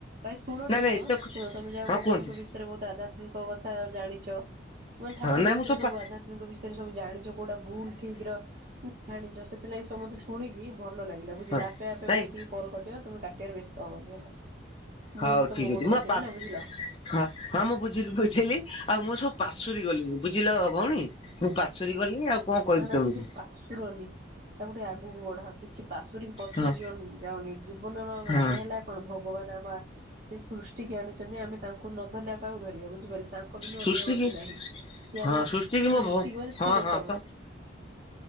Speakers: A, on the right (about 45°); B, on the left (about 30°).
A: ଭାଇ ଶୁଣ
B: ନା
A: ଟିକେ
B: ନାଇଁ
A: ମ
B: ଏତେ
A: ଶୁଣ, ତମେ ଯା ହଉ
B: ହଁ
A: ଭଗବାନଙ୍କ
B: କୁହନ୍ତୁ
A: ବିଷୟରେ ବହୁତ ଆଧ୍ୟାତ୍ମିକ କଥା ଜାଣିଛ। ମାନେ ଠାକୁରଙ୍କ
B: ହଁ ନାଇଁ
A: ବିଷୟରେ,
B: ମୁଁ
A: ସବୁ
B: ପା
A: ଆଧ୍ୟାତ୍ମିକଙ୍କ ବିଷୟରେ ସବୁ ଜାଣିଛ। କୋଉଟା ଭୁଲ ଠିକ୍ ର ଜାଣିଛ ସେଥିଲାଗି, ସବୁ ମତେ ଶୁଣିକି ଭଲ ଲାଗିଲା ବୁଝିଲ।
B: ହଁ
A: ଆପେ ଆପେ
B: ନାଇଁ
A: ଭାଇ ଟିକେ କଲ୍ କଟିବ, ତୁମେ କାଟିବାର ବ୍ୟସ୍ତ ହବନି ହେଲା। ମୁଁ
B: ହଉ
A: ତ
B: ଠିକ
A: ମୋ ପଟୁ
B: ଅଛି ମୁଁ
A: କାଟିବି
B: ପା
A: ନା ବୁଝିଲ।
B: ହଁ- ହଁ ମୁଁ ବୁଝିଲି ବୁଝିଲି, ଆଉ ମୁଁ ସବୁ ପାଶୁରି ଗଲିଣି ବୁଝିଲ ଭଉଣୀ। ମୁଁ ପାଶୁରି ଗଲିଣିି ଆଉ କଣ କହିବି
A: ନା- ନା
B: ତମକୁ
A: କିଛି ପାଶୁରନି। ତମେ ଟିକେ ଆଗକୁ ବଢ, କିଛି ପାଶୋରିକି ପଛକୁ
B: ହଁ
A: ଯିବା ଯାଅନି। ଜୀବନର ମାନେ
B: ହଁ
A: ହେଲା କଣ ଭଗବାନ ଆମ ଆ ସୃଷ୍ଟିିକୁ ଆଣିଛନ୍ତି, ଆମେ ତାଙ୍କୁ ନ ଧରିଲେ ଆଉ କାହାକୁ ଧରିବା ବୁଝିପାରିଲେ। ତାଙ୍କ ବିନୁ
B: ସୃଷ୍ଟି
A: ଅନ୍ୟ ଗତି
B: କି
A: ନାହିଁ, ସିଏ
B: ହଁ
A: ଆମକୁ
B: ସୃଷ୍ଟି କି ମୋ
A: ସୃଷ୍ଟିିକରିଛି
B: ଭ ହଁ
A: ଦେଖ
B: ହଁ ତ